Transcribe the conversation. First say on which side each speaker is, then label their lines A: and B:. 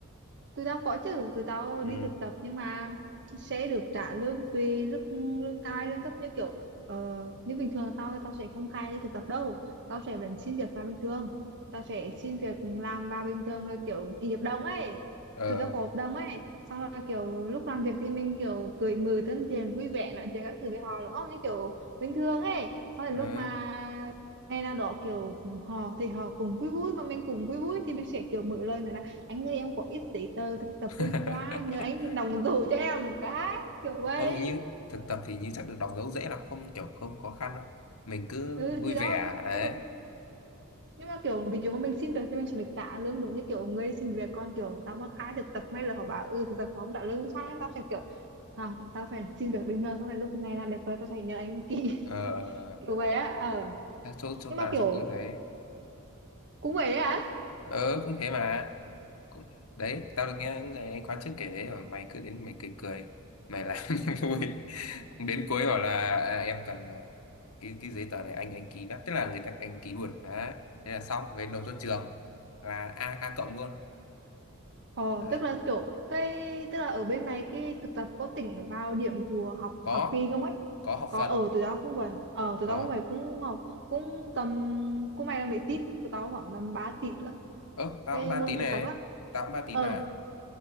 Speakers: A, on the right; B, on the left.
A: tụi tao có chứ tụi tao
B: ừ
A: đi thực tập nhưng mà sẽ được trả lương tùy lương lương cai lương thấp như kiểu uh, như bình thường tao tao sẽ không cai đi thực tập đâu tao sẽ vẫn xin việc vào bình thường tao sẽ xin việc làm vào bình thường rồi kiểu ký hợp đồng ấy
B: ờ
A: tụi tao có hợp đồng ấy xong rồi kiểu lúc làm việc thì mình kiểu cười mừng thân thiện vui vẻ nói chuyện các thứ với họ đúng không như kiểu bình thường ấy xong rồi
B: ờ
A: lúc mà ngày nào đó kiểu họ thì họ cũng vui vui mà mình cũng vui vui thì mình sẽ kiểu mở lời nói anh ơi em có ít giấy tờ thực tập
B: <laughs>
A: bên khoa nhờ anh đồng dấu cho em cái kiểu vậy
B: không như thực tập thì như chắc được đóng dấu dễ lắm không kiểu không khó khăn đâu mình cứ
A: ừ
B: vui
A: thì
B: vẻ
A: đó
B: đấy
A: tức là nhưng mà kiểu ví dụ mà mình xin việc thì mình sẽ được trả lương đúng như kiểu người xin việc còn kiểu tao mà khai thực tập may là họ bảo ừ thực tập họ không trả lương sao nên tao sẽ kiểu không tao phải xin việc bình thường sau này lúc này là đẹp rồi tao sẽ nhờ anh ký
B: ờ
A: <laughs> kiểu vậy á ờ
B: chắc chỗ chỗ
A: nhưng mà
B: tao
A: kiểu
B: chắc cũng thế
A: cũng vậy á
B: ờ cũng thế mà cũng... đấy tao được nghe những người khóa trước kể đấy mà mày cứ đến mày cười cười mày làm <laughs> vui đến cuối bảo là à, em cần à, cái cái giấy tờ này anh anh ký đã tức là người ta anh ký luôn đấy thế là xong về nộp cho trường là a a cộng luôn
A: Ờ,
B: đấy
A: tức là kiểu cái tức là ở bên này cái thực tập có tính vào điểm của học
B: có
A: học kỳ không ấy
B: có học
A: có
B: phần
A: ở tụi tao cũng vậy ờ tụi
B: có
A: tao cũng vậy cũng học cũng tầm cũng may là mấy tít của tao khoảng tầm 3 tít cơ
B: ơ tao
A: cái
B: cũng ba
A: môn
B: tín
A: thực
B: này
A: tập á
B: tao cũng ba tín
A: ờ
B: mà